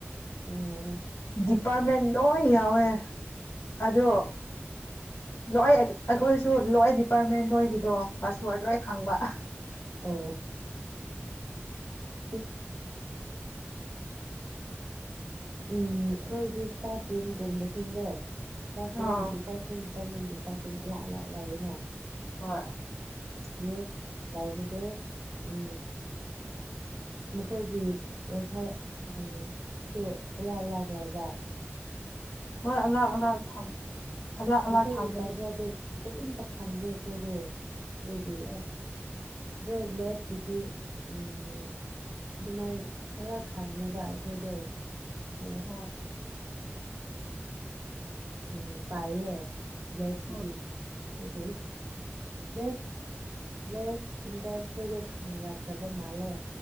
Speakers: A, on the right; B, on the left.
A: ꯑꯣ
B: ꯗꯤꯄꯥꯔꯠꯃꯦꯟ ꯂꯣꯏ ꯌꯥꯎꯋꯦ ꯑꯗꯣ ꯂꯣꯏ ꯑꯩꯈꯣꯏꯁꯨ ꯂꯣꯏ ꯗꯤꯄꯥꯔꯠꯃꯦꯟ ꯅꯣꯏꯒꯤꯗꯣ ꯄꯥꯁꯋꯥꯔꯗ ꯂꯣꯏ ꯈꯪꯕ
A: ꯑꯣ ꯎꯝ ꯎꯝ ꯑꯩꯈꯣꯏꯗꯤ ꯏꯁꯇꯥꯐ ꯔꯨꯝꯒꯨꯝꯕꯁꯤꯡꯗꯣ ꯏꯁꯇꯥꯐꯔꯨꯝ
B: ꯑꯥ
A: ꯗꯤꯄꯥ ꯗꯤꯄꯥꯠꯃꯦꯟꯒꯤ ꯏꯇꯥꯞꯐꯔꯨꯝ ꯑꯂꯥ ꯑꯥꯂꯥꯛ ꯂꯥꯛꯑꯌꯦ ꯅ
B: ꯍꯣꯏ
A: ꯌꯦ ꯂꯥꯏꯕꯗ ꯎ ꯃꯈꯣꯏꯒꯤ ꯂꯩꯐꯥꯏ ꯎꯝ ꯁꯨꯂꯥ ꯂꯥꯛ ꯂꯩꯥꯏꯕ
B: ꯍꯣꯏ ꯑꯅꯛ ꯑꯅꯥꯛ ꯊꯝ ꯑꯂꯥꯛ ꯑꯂꯥꯛ
A: ꯃꯈꯣꯏꯒꯤ
B: ꯊꯝꯕꯅꯦ
A: ꯄꯥꯁꯋꯥꯔꯗꯠꯇꯨ ꯀꯔꯤꯝꯇ ꯈꯪꯗꯦ ꯑꯩꯈꯣꯏꯗꯣ ꯑꯗꯨꯒꯤ
B: ꯑꯣ
A: <unintelligible> ꯀꯤꯗꯤ ꯎꯝ ꯑꯗꯨꯃꯥꯏ ꯈꯔ ꯈꯪꯉꯦꯕ ꯑꯩꯈꯣꯏꯗꯣ <unintelligible>
B: ꯑꯣ
A: ꯎꯝ ꯇꯥꯏꯌꯦ ꯂꯦꯞꯀꯤꯗꯤ
B: ꯍꯣꯏ
A: <unintelligible> ꯂꯩ ꯏꯟꯆꯥꯥꯔꯖ ꯈꯣꯏꯗꯣ ꯈꯪꯪꯂꯛꯈ꯭ꯔꯕ ꯃꯥꯜꯂꯦ